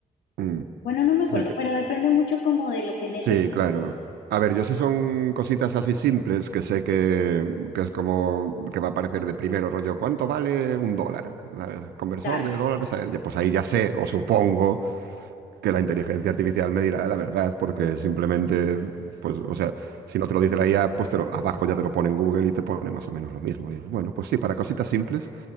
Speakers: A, on the right; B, on the left.
A: mm.
B: Bueno, no me acuerdo,
A: Sí, es que-
B: pero depende mucho como de lo que necesite.
A: sí, claro. A ver, yo sí son cositas así simples que sé que, que es como que va a aparecer de primero, rollo, ¿cuánto vale un dólar? O Conversor
B: Claro,
A: de dólares, a- pues ahí ya sé, o supongo, que la inteligencia artificial me dirá la verdad, porque simplemente, pues, o sea, si no te lo dice la IA, pues te lo- abajo ya te lo pone en Google y te pone más o menos lo mismo. Y bueno, pues sí, para cositas simples